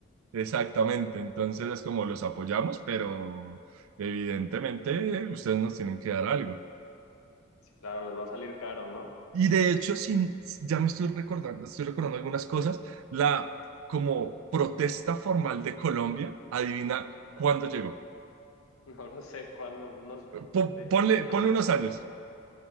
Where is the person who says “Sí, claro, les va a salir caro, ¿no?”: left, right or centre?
Left